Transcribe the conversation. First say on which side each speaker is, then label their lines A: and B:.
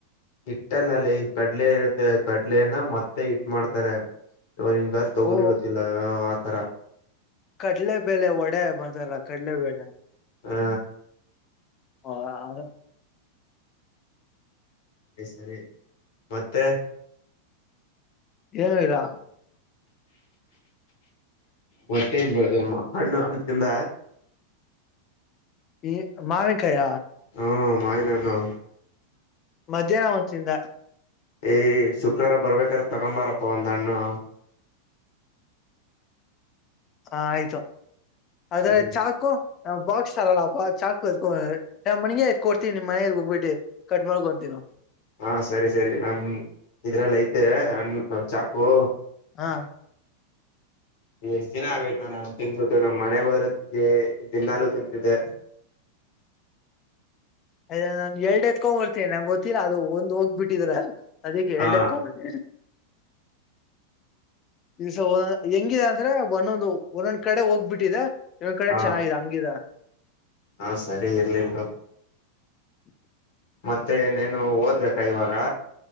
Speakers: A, on the left; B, on the left.
A: ಹಿಟ್ಟು ಅಲ್ಲಲ್ಲೇ ಕಡಲೆ ಇರುತ್ತೆ ಕಡ್ಲೆನ ಮತ್ತೆ ಹಿಟ್ಟು ಮಾಡ್ತಾರೆ ಇವರು ಹಿಂಗ್ ತೊಗರಿ
B: ಓ
A: ಗೊತ್ತಿಲ್ಲ ಆತರ
B: ಕಡಲೆಬೆಲೆೆ ಒಡೆ ಮಾಡ್ರತಲ್ಲ ಕಡ್ಲೆಬೇಳೆ
A: ಹಾ
B: ಹ <unintelligible>
A: ಏ ಸರಿ ಮತ್ತೆ
B: ಏನೆರಾ
A: ಮತ್ತೆನ್ ಮಾಡುದು ಹಣ್ಣು ಹಣ್ಣ್ ತಿಂದ
B: ಈ ಮಾವಿನಕಾಯ
A: ಹ್ಮ್ ಮಾವಿನಹಣ್ಣು
B: ಮಧ್ಯಾಹ್ನ ಒಂದ್ ತಿಂದ
A: ಏ ಶುಕ್ರವಾರ ಬರ್ಬೇಕಾದ್ರೆ ತಗೊಂಬಾರಪ್ಪ ಒಂದ್ ಹಣ್ಣು.
B: ಹ ಆಯ್ತು ಆದ್ರೆ
A: ಹ್ಮ್
B: ಚಾಕು ಬಾಕ್ಸ್ ತರಲ್ಲಪ್ಪ ಚಾಕು ಇತ್ಕೊಂಡ್ ನಮ್ಮ ಮನೆಗೆ ಎತ್ತಿ ಕೊಡ್ತೀನಿ ನಿಮ್ ಮನೆಗೆ ಹೋಗಬಿಟ್ಟಿ. ಕಟ್ ಮಾಡಕೊಂಡು ತಿನ್ನು
A: ಹಾ ಸರಿ ಸರಿ ನಮ್ ಇದ್ರಲ್ಲಿ ಐತೆ ಅಣ್ ಚಾಕು
B: ಹಾ
A: ಎಷ್ಟ್ ದಿನ ಆಗೈತ್ ನಾನು ಹಣ್ಣು ತಿಂದ್ಬಿಟ್ಟು ನಮ್ ಮನೆಗೆ ಹೋದ್ರೆ ದಿನಾಲೂ ತಿಂತಿದ್ದೆ.
B: ಅ ನಾನ್ ಎಲ್ಡ್ ಎತ್ಕೊಂಡ್ ಬರ್ತೇನೆ ನಂಗ್ ಗೊತ್ತಿಲ್ಲಾ ಅದು ಒಂದ್ ಹೋಗ್ ಬಿಟ್ಟಿದ್ರೆ ಅದಕ್ಕೆ
A: ಹಾ
B: ಎರಡ್ ಎತ್ತಕೊಂಡ್
A: <unintelligible>
B: ಇದುಸ ಒ ಹೆಂಗಿದ ಅಂದ್ರೆ ಒಂದೊಂದು ಒಂದೊಂದ್ ಕಡೆ ಹೋಗ್ಬಿಟ್ಟಿದ ಎೊಂದ್ ಕಡೆ
A: ಹಾ
B: ಚೆನ್ನಾಗಾಗಿದೆ ಹಂಗಿದ
A: ಹಾ ಸರಿ ಇರ್ಲಿ ಬಿಡಮ್
B: <unintelligible>
A: ಮತ್ತೆ ನೀನು ಓದ್ಬೇಕಾ ಇವಾಗ